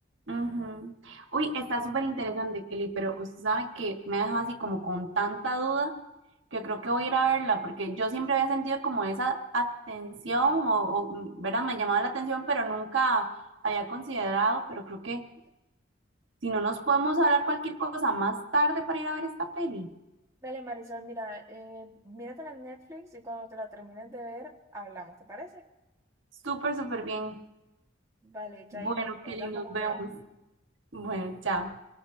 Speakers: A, on the right; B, on the right.
A: ujú. Uy, está súper interesante, Kelly, pero usted sabe que me ha dejado así como con tanta duda que creo que voy a ir a verla, porque yo siempre había sentido como esa atención, o, o, mm, ¿verdad? Me llamaba la atención, pero nunca había considerado, pero creo que si no nos podemos hablar cualquier cosa más tarde para ir a ver esta peli.
B: Dale, Marisol, mira, eh, míratela en Netflix y cuando te la termines de ver, hablamos, ¿te parece?
A: Súper, súper bien.
B: Vale, chaito,
A: Bueno,
B: me cuentas
A: Kelly, nos
B: cómo
A: vemos.
B: te va.
A: Bueno, chao.